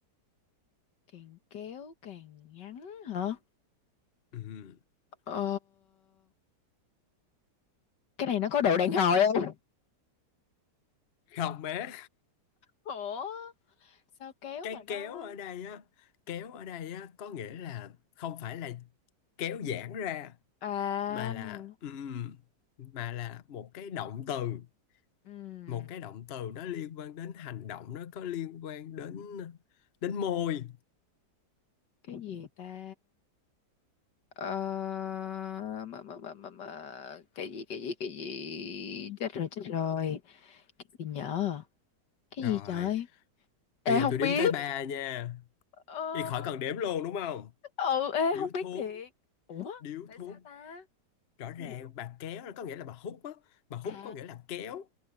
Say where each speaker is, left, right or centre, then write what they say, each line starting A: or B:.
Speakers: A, on the left; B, on the left.
A: càng kéo càng ngắn hả
B: Ừm,
A: ờ cái này nó có độ đàn hồi không
B: không má,
A: ủa sao kéo
B: cái
A: mà nó
B: kéo ở đây á, kéo ở đây á có nghĩa là không phải là kéo giãn ra
A: à
B: mà là ừm, mà là một cái động từ
A: ừm,
B: một cái động từ nó liên quan đến hành động nó có liên quan đến đến môi
A: cái gì ta ờ mà, mà, mà, mà, mà. cái gì cái gì cái gì chết rồi chết rồi cái gì nhở cái
B: rồi
A: gì trời ê
B: bây giờ
A: không
B: tôi đếm
A: biết
B: tới ba nha
A: ờ
B: đi khỏi cần đếm luôn đúng không
A: ừ ê
B: điếu
A: không biết
B: thuốc
A: thiệt ủa
B: điếu
A: tại
B: thuốc
A: sao ta
B: rõ ràng
A: không hiểu
B: bà kéo là có nghĩa là bà hút á bà hút
A: à
B: có nghĩa là kéo